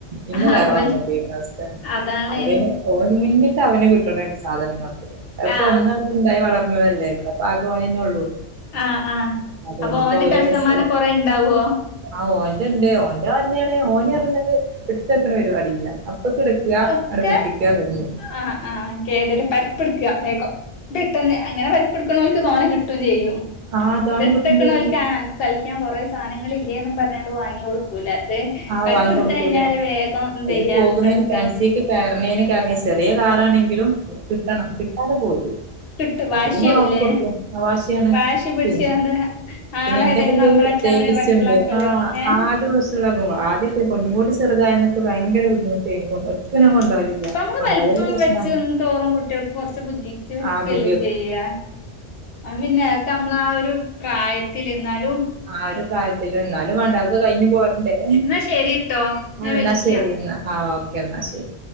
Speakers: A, on the right; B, on the left.
A: പിന്നെ
B: ആഹ്
A: വേറെ
B: വൽ
A: വാങ്ങേണ്ടിരു ന്ന അവസ്ഥ
B: അതാണ്
A: അവന് ഓന് ന് അവന് കിട്ടണേ സാധനങ്ങള് അപ്പൊ
B: ആഹ്
A: ഒന്ന അവ്പ്പോ ണ്ടായി വളർന്നതല്ലേവ ഭാഗവോനെനെ ഉള്ളൂ
B: ആഹ് ആഹ്
A: അതുകൊണ്ടിപ്പോ
B: അപ്പൊ ഓന്റെ
A: ഒരു
B: കൽസമ്മാനം
A: വയസ്സ ആയി
B: കൊറേ ഇണ്ടാവോ
A: ആ ഓന്റെ ണ്ട് ഓന്റെ തന്നെയാണ് ഓന് റഞ്ഞത് ഇട്ത്തെ വ അടിയ ഇപ്പ കിടക്കുക
B: ഒക്കെ
A: അട പൊട്ടിക്കുക ത
B: ആഹ് ആ പരിപ്പെടുക്കുക വേഗം പെട്ടെന്ന് അങ്ങനെ പരിപ്പ് എടുക്കണമെന്ന് തോന്നെ കിട്ടയും ചെയ്യും
A: ആഹ് തോനെ
B: ഇതെടുത്തക്കണല
A: കിട്ടും ചെയ്യും
B: കളിക്കാൻ കൊറെേ സാധനങ്ങളല്ല ഇല്ലൊന്നും പറഞ്ഞട്ടണ്ട് വാങ്ങി കൊടുക്കൂല്ല അ
A: ആഹ്
B: പരപ്പെടുത്ത
A: വാങ്ങി കൊടുക്കൂല
B: കഴിഞ്ഞാല് വേഗം എന്ത്
A: ഇത്
B: ചെയെയ്യാ
A: പോകുന്നതിന്
B: അടുത്ത
A: ഫാൻസിക്ക് കയറുന്നതിന് ചെറിയ കാർ ആണെങ്കി കിട്ടണം കിട്ടാതെ പോരൂല
B: കിട്ടു വാശിയാവലേ
A: അപ്പൊ പിന്നെ വാങ്ങി കൊടുക്കും ആ വാശിയാണ്
B: വാശി പിടിച്ചതൊണ്ട്
A: പിന്നെ
B: ആളെടന്ന്
A: പിന്നെ എന്റെപ്പന്റെ
B: നമ്മളെക്കാണ്ട്
A: ഒരു പ്രത്യേകിച്ചുണ്ട്
B: വഷളാക്കല
A: ആ
B: ഏ
A: ആദ്യ വശമുള്ള ആദ്യമൊക്കെ ഒന്നും കൂടി ചെറുതായി എന്നൊക്കെ ഭയങ്കര ബുദ്ധിമുട്ടായിനി ഒട്ടും
B: ഉ
A: ഞാൻ
B: ഇപ്പ
A: കൊണ്ടോവലില്ല
B: നമ്മള്
A: കൊണ്ടോയാല്
B: വലിപ്പം
A: പ്രശ്നാണ്
B: വെച്ച് ഒും തോറും കുട്ടികൾക്ക് കുറച്ച് ബുദ്ധിച്ച് വെക്കല്ലേ
A: ആ ബുദ്ധി
B: ചെയ്യ അ പിന്നെക്കെ നമ്മള ആ ഒരു പ്രായത്തി ത്തിൽ എന്നാലും
A: ആ ഒരു കാര് എന്നാലും വേണ്ടക്കെ കഴിഞ്ഞു പോറണ്ടേ
B: എന്നാ ശരിട്ടോ
A: ആഹ
B: ഞാൻ
A: എന്നാ
B: വിളിക്ക
A: ശരി എന്നാ ആ എന്നാ ശരി